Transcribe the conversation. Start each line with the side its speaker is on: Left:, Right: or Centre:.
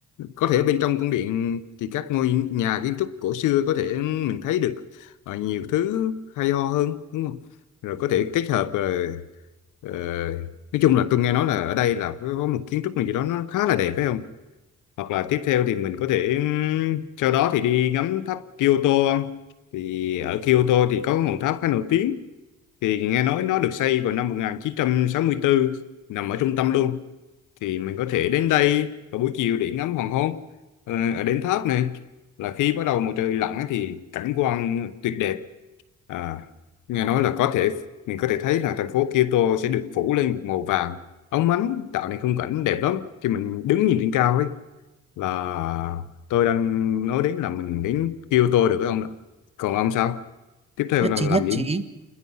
Left: có thể bên trong cung điện thì các ngôi nhà kiến trúc cổ xưa có thể mình thấy được ờ, nhiều thứ hay ho hơn đúng không rồi có thể kết hợp ờ, ờ, nói chung là tôi nghe nói là ở đây là có có một kiến trúc này gì đó nó khá là đẹp phải không hoặc là tiếp theo thì mình có thể ừm, sau đó thì đi ngắm tháp Kyoto không? thì ở Kyoto thì có ngọn tháp khá nổi tiếng thì nghe nói nó được xây vào năm 1964 nằm ở trung tâm luôn thì mình có thể đến đây vào buổi chiều để ngắm hoàng hôn ờ, ở đến tháp này là khi bắt đầu mặt trời lặn ấy thì cảnh quan tuyệt đẹp à, nghe nói là có thể mình có thể thấy là thành phố Kyoto sẽ được phủ lên một màu vàng óng ánh tạo nên khung cảnh đẹp lắm khi mình đứng nhìn trên cao ấy là tôi đang nói đến là mình đến kêu tôi được cái ông đó. còn ông sao tiếp theo
Right: nhất
Left: là
Right: trí
Left: làm
Right: nhất
Left: gì
Right: trí